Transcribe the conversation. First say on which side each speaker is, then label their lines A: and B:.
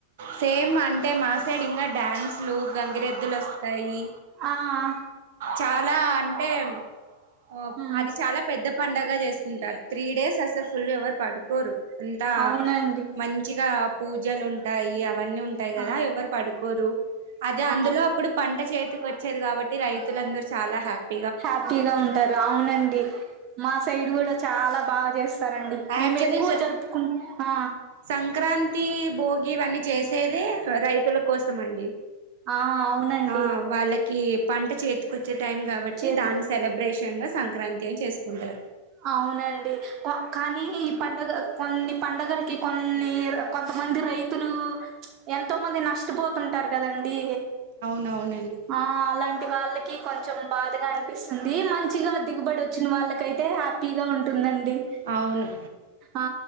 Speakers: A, on the right (about 55°); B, on the right (about 35°).
A: సేమ్ అంటే మాసైడ్ ఇంగ డ్యాన్సులు గంగిరెద్దులొస్తాయి
B: ఆ ఆ
A: చాలా అంటే ఒప్
B: ఉమ్.
A: అది చాలా పెద్ద పండగ జేసుకుంటారు త్రీ డేస్ అసలు ఫుల్లు ఎవరు పడుకోరు అంతా
B: అవునండి
A: మంచిగా పూజలు ఉంటాయి అవన్నీ ఉంటాయి గదా
B: ఆ
A: ఎవరు పడుకోరు అదే
B: ఆ
A: అందులో అప్పుడు పంట చేతికొచ్చేది కాబట్టి రైతులందరు చాలా హ్యాపీ
B: హ్యాపీగా ఉంటారు అవునండి మా సైడ్ గుడ చాలా బాగా చేస్తారండి, మేము
A: యాక్చువల్లీ
B: ఎక్కువ జరుపుకుం ఆ
A: సంక్రాంతి, భోగి ఇవన్నీ చేస్ సేదే రైతుల కోసం అండి,
B: ఆ అవునండి
A: ఆ వాళ్ళకి పంట చేతికొచ్చే టైం కాబట్టి,
B: చేదు
A: దాని సెలబ్రేషన్ గా సంక్రాంతి అని చేసుకుంటారు.
B: అవునండి, ఆ కానీ ఈ పండగ కొన్ని పండుగలకి కొన్ని త కొంతమంది రైతులు ప్చ్ ఎంతో మంది నష్టపోతుంటారు కదండి.
A: అవునండి
B: ఆ అలాంటి వాళ్ళకి కొంచెం బాధగా అనిపిస్తుంది, మంచిగా దిగుబడి వచ్చిన వాళ్ళకైతే హ్యాప్ పీగా ఉంటుందండి.
A: అవును
B: ఆ